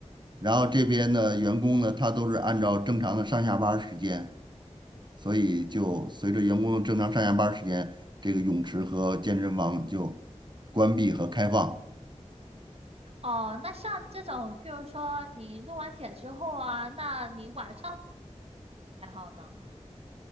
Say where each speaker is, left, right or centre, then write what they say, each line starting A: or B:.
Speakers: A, on the right (about 40°); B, on the right (about 55°).
A: 然后这边的员工呢，他都是按照正常的上下班儿时间，所以就随着员工的正常上下班儿时间，这个泳池和健身房就关闭和开放。
B: 哦，那像这种，譬如说你录完帖之后啊，那你晚上还好呢？